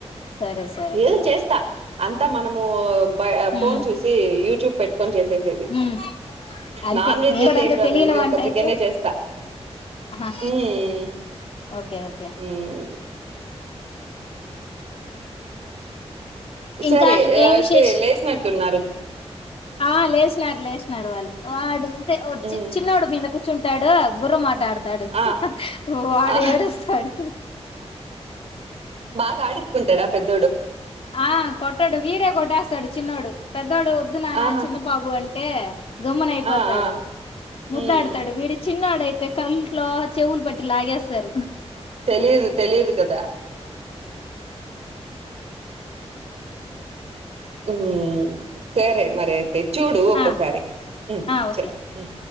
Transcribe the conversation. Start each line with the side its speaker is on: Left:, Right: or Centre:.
Left: సరే స
Right: ఏదో చేస్తా అంతా మనము బయ
Left: ఉమ్
Right: ఫోన్ చూసి యూట్యూబ్ పోన్ చేసేసేది
Left: ఉమ్ అంతే
Right: నాన్ వెజ్
Left: నేను
Right: అయితే
Left: కూడా అంతే
Right: ఏం రాదు
Left: తెలియని
Right: ఓన్లీ
Left: వంట
Right: ఒక చికెనే
Left: అయితే
Right: చేస్తా
Left: ఆహా
Right: ఉమ్
Left: ఓకే ఓకే
Right: ఉమ్ సరే
Left: ఇంకా ఏం
Right: అయితే
Left: విశేష్
Right: లేచినట్టున్నారు
Left: ఆ లేసినారు లేసినారు వాళ్ళు వాడుంటే
Right: మ్మ్
Left: చి చిన్నోడు మీద కూర్చుంటాడు గుర్రం ఆట ఆడు తాడు
Right: ఆ
Left: వాడు
Right: ఆ
Left: ఏడుస్తాడు
Right: బాగా ఆడుుకుంటాడా పెద్ద
Left: ఆ కొట్టాడు వీడే కొట్టేస్తాడు చిన్నోడు పెద్దోడు వద్దు నాన్న
Right: ఆహా
Left: చిన్న బాబు అంటే ఏ గమ్మన అయిపోతాడు
Right: ఆ ఆ
Left: ముద్దాడుతాడు
Right: మ్మ్
Left: వీడి చిన్నడుయితే అయితే కంట్లో చెవులు బట్టి లాగేస్తారు
Right: తెలిదు తెలిదు కదా ఉమ్ సరే మరి అయితే చూడు ఒకసారి
Left: ఆ
Right: ఉమ్
Left: ఆ ఓకే
Right: సరే ఉమ్